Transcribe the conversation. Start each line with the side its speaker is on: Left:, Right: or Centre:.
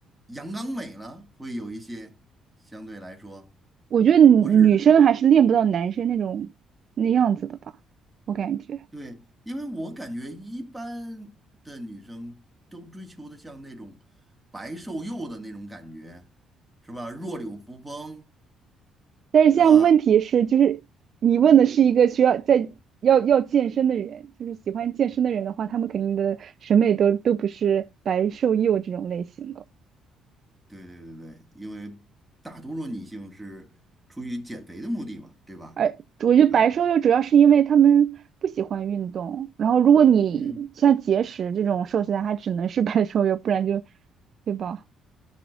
Centre: 阳刚美了，会有一些相对来说
Right: 我觉得女女生还是练不到男生那种那样子的吧，
Centre: 不是
Right: 我感觉。
Centre: 对，因为我感觉一般的女生都追求的像那种白瘦幼的那种感觉，是吧？弱柳扶风，
Right: 但是像问题是，
Centre: 是吧？
Right: 就是你问的是一个需要在要要健身的人，就是喜欢健身的人的话，他们肯定的审美都都不是白瘦幼这种类型的。
Centre: 对对对对，因为大多数女性是出于减肥的目的嘛，对吧？
Right: 而我觉得白瘦幼主要是因为他们不喜欢运动，
Centre: 啊，
Right: 然后如果你像节食这种瘦下来，
Centre: 嗯，
Right: 他只能是白瘦幼，不然就，对吧？